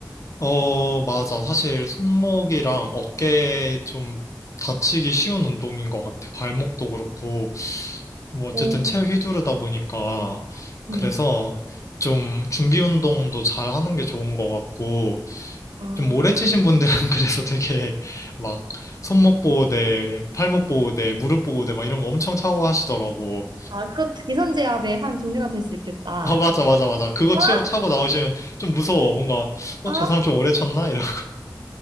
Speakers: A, on the left; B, on the right.
A: 어, 맞아. 사실 손목이랑 어깨 좀 다치기 쉬운 운동인 것 같아. 발목도 그렇고. 뭐 어쨌든
B: 어,
A: 채 휘두르다 보니까. 그래서
B: 음.
A: 좀 준비 운동도 잘 하는 게 좋은 것 같고.
B: 아,
A: 좀 오래 치신 분들은 <laughs> 그래서 되게 막 손목 보호대, 팔목 보호대, 무릎 보호대 막 이런 거 엄청 차고 하시더라고.
B: 아, 그것도 기선제압의 한 종류가 될 수 있겠다.
A: 아, 맞아, 맞아, 맞아. 그거
B: 아,
A: 치- 차고 나오시면 좀 무서워. 뭔가, 어,
B: 아,
A: 저 사람 좀 오래 쳤나? 이런.